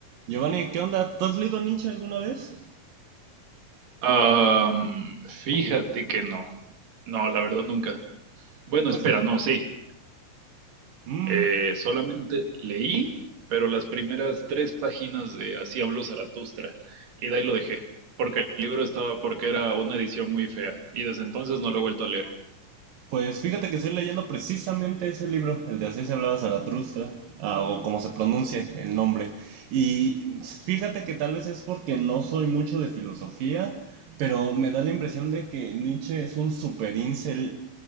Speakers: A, on the right (about 85°); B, on the right (about 75°).
A: Giovanni, ¿qué onda? ¿Tú has leído Nietzsche alguna vez?
B: Am, fíjate que no. No, la verdad nunca. Bueno,
A: Pues,
B: espera, no, sí.
A: mm,
B: Eh, solamente leí, pero las primeras tres páginas de Así habló Zaratustra. Y de ahí lo dejé. Porque el libro estaba, porque era una edición muy fea. Y desde entonces no lo he vuelto a leer.
A: pues fíjate que estoy leyendo precisamente ese libro, el de Así se hablaba Zaratustra, ah, o como se pronuncie el nombre. Y fíjate que tal vez es porque no soy mucho de filosofía, pero me da la impresión de que Nietzsche es un super incel